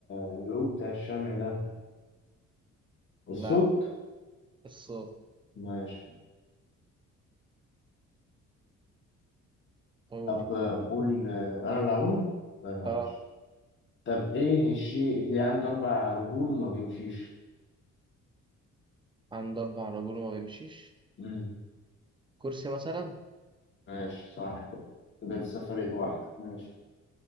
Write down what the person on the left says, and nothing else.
الجروب بتاع الشمع ده الصوت
ماشي
طب آه، قول آه، أنا اللي هقول لا، معلش
طب إيه الشيء اللي عنده أربع رجول وما بيمشيش؟
مم.
ماشي صح كده لسه فارق بواحدة ماشي